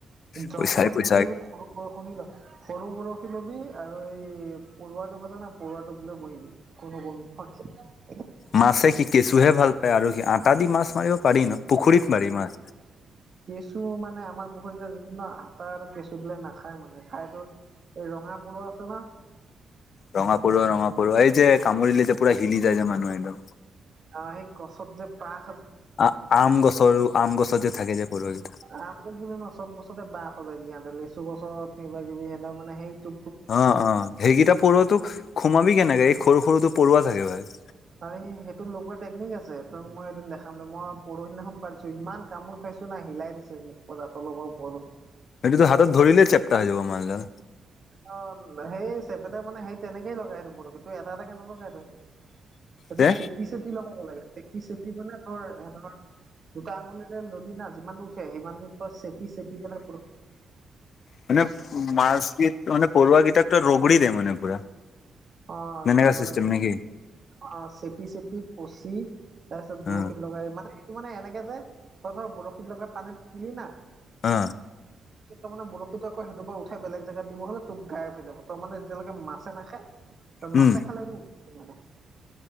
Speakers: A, on the left; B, on the right.
A: পইচাই
B: জংঘলত
A: পইচা
B: বহিলে বোলো সৰু বৰশনে লয় সৰু বৰশ ল'বি আৰু এই পৰুৱা টোপ আছে না, পৰুৱা টোপ লৈ বহিবি। কোনোবম। <unintelligible>
A: মাছে কি কেঁচুহে ভাল পায় আৰু সি, আটা দি মাছ মাৰিব পাৰি ন? পুখুৰীত পাৰি মাছ।
B: চু মানে আমাৰ পুখুৰীত যিটো ন আতা আৰু কেঁচু দিলে নাখায় মানে, খাইতো এই ৰঙা পৰুৱা আছে না।
A: ৰঙা পৰুৱা ৰঙা পৰুৱা, এই যে কামুৰিলে যে পুৰা হিলি যায় যে মানুহ একদম।
B: অ সেই গছত যে বাহ
A: আ আম গছৰো, আম গছত যে থাকে যে পৰুৱা কেইটা।
B: আম গছ বুলি নহয়, চব গছতে বাহ সজাই দিয়ে সিহঁতে, লেচু গছত কিবা কিবি সিহঁত মানে সেইটো
A: অ অ, সেইকেইটা পৰুৱাতোক সোমাবি কেনেকে? এই সৰু সৰুটো পৰুৱা থাকে ভাই।
B: আৰে, সেইটো লগোৱা টেকনিক আছে। তোক মই এদিন দেখাম দে। মই পৰহিদিনাখন পাই থৈছো, ইমান কামোৰ খাই ছো নাই হিলাই দিছে মোক পুৰা তলৰ পা উপৰলেকে।
A: এইটোতো হাতত ধৰিলে চেপ্টা হৈ যাব। মাছডাল
B: অ, সেই চেপেটা মানে সেই তেনেকেই লগাই আৰু বৰশীত। তই এটা এটাকে নলগাইটো। সেইটো
A: যে
B: চেপি চেপি লগাব লাগে, চেপি চেপি মানে ধৰ, ধৰ দুটা আঙুলিলে ললি না, যিমানটো উঠে সিমানটো তই চেপি চেপি পেলাই বৰ
A: মানে মাছ কি? মানে পৰুৱা গীতাক ৰোগৰি দেয়ে মানে পুৰা
B: অ',
A: তেনেকা
B: আৰু মানে
A: চিষ্টেম
B: তেনে
A: নে কি
B: অ', চেপি চেপি, কচি। তাৰপিছত বৰশীত
A: অ
B: লগাই মানে, এইটো মানে এনেকে যে ধ ধৰ বৰশীত লগা পানীত দিলি না।
A: অ
B: তাৰ মানে বৰশীটো আকৌ সেইটো বাৰ উঠাই বেলেগ জেগাত দিব হলে তোক গাই হৈ যাব তাৰ মেতিয়ৈকে মাছে নাখায়। ত
A: উম
B: মাছো খালেটো উঠছে মানে